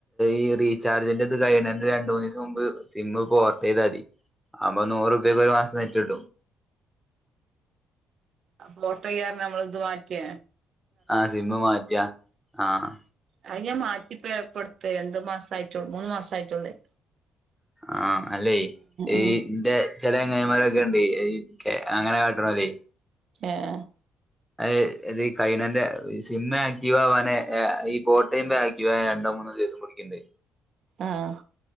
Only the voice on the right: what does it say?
പോർടയാന്ന് നമ്മള് ഇത് മാറ്റിയെ.
അയ്ന് ഞാൻ മാറ്റി ഇപ്പ പ്പ ടുത്തെ രണ്ടു മാസം ആയിട്ടുള്ളൂ, മൂന്നു മാസം ആയിട്ടുള്ളേ.
ഉം
ഏഹ്.
ആഹ്